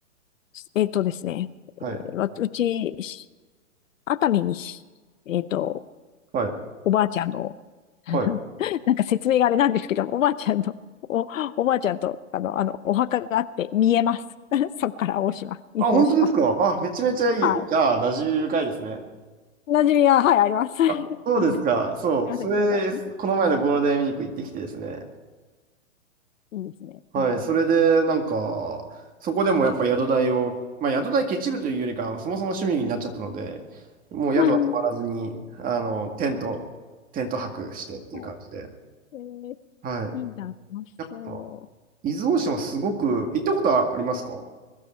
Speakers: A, on the left; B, on the right.
A: えっとですね。
B: はい。
A: わうち、熱海にし、えっと、
B: はい。
A: おばあちゃんの、<laughs>
B: はい。
A: なんか説明があれなんですけど、おばあちゃんの、お、おばあちゃんと、あの、あの、お墓があって見えます。<laughs> そこから大島、伊豆大島。
B: あ、本当ですかあ、めちゃめちゃいい。
A: はい。
B: じゃあ、馴染み深いですね。
A: 馴染みが、はい、あります。<laughs>
B: あ、そうですか。
A: なんかす
B: そう。
A: いません、
B: それ、
A: なんか、
B: この前のゴールデンウィーク行ってきてですね。
A: いいですね。
B: はい。
A: うん。
B: それで、なんか、そこでもやっぱ宿代を、まあ、宿代ケチるというよりかは、そもそも趣味になっちゃったので、もう宿は泊まらずに、
A: <laughs>
B: あの、テント、テント泊してっていう感じで。
A: はい。えー、
B: はい。
A: いいな、楽しそ
B: やっぱ、伊豆大島すごく、行ったことはありますか